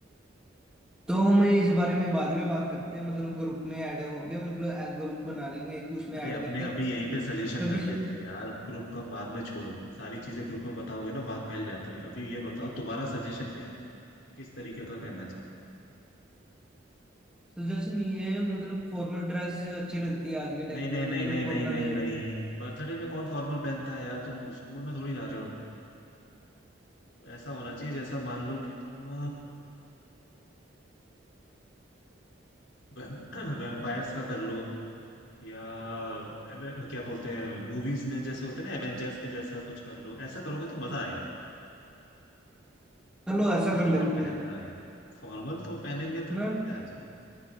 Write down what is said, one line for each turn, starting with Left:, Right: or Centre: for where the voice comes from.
Centre: तो हम इस बारे में बाद में बात करते हैं मतलब ग्रुप में ऐड होके मतलब ग्रुप बना लेंगे एक उसमें
Left: अरे
Centre: ऐड
Left: अपने
Centre: करके
Left: अभी यहीं पे सजेशन
Centre: सभी
Left: कर लेते
Centre: से
Left: हैं यार ग्रुप का बाद में छोड़ो सारी चीजें ग्रुप में बताओगे ना बात फैल जाती है अभी ये बताओ तुम्हारा सजेशन क्या है किस तरीके का पहनना चाहिए
Centre: तो जैसे नहीं है मतलब फॉर्मल ड्रेस अच्छी लगती है आज के
Left: नहीं
Centre: टाइम
Left: नहीं
Centre: में मतलब
Left: नहीं नहीं
Centre: फॉर्मल
Left: नहीं नहीं नहीं बर्थडे में कौन फॉर्मल पहनता है यार तुम स्कूल में थोड़ी जा रहे हो ऐसा होना चाहिए जैसा मान लो कि तुम वैम्पायर्स <clears throat> का कर लो या एवे- क्या बोलते हैं मूवीज में जैसे होते हैं ना एवेंजर्स के जैसा कुछ कर लो ऐसा करोगे तो मजा आएगा
Centre: चलो
Left: फॉर्मल
Centre: ऐसा कर लेते
Left: कौन पहनता
Centre: हैं
Left: है यार फॉर्मल तो पहनेंगे तो
Centre: मैं
Left: फिर क्या है इसमें